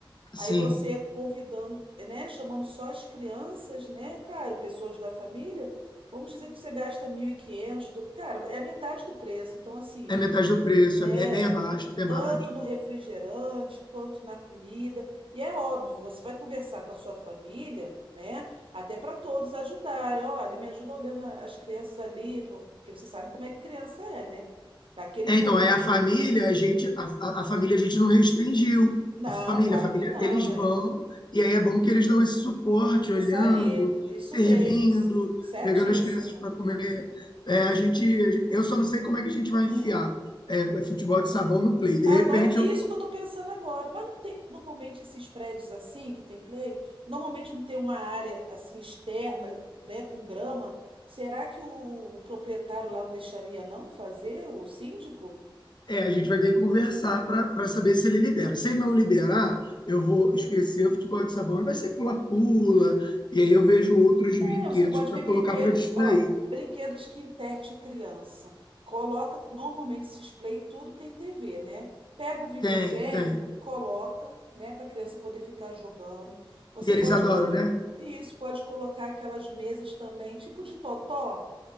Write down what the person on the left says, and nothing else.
Sim,
é metade do preço,
é bem é bem abaixo, bem
abaixo.
É,
então, aí a família, a gente, a, a- a família a gente não restringiu.
A família,
a família,
eles vão,
e aí é bom que eles dão esse suporte,
olhando,
servindo,
pegando as crianças para comer. É,
a gente, eu só não sei como é que a gente vai enfiar
é, futebol de sabão no play. De
repente,
eu-
é, a gente vai ter que conversar para saber se ele libera. Se ele não liberar, eu vou esquecer o futebol de sabão e vai ser pula-pula, e aí eu vejo outros brinquedos
para
colocar
para distrair.
Tem, tem.
E eles
adoram,
né?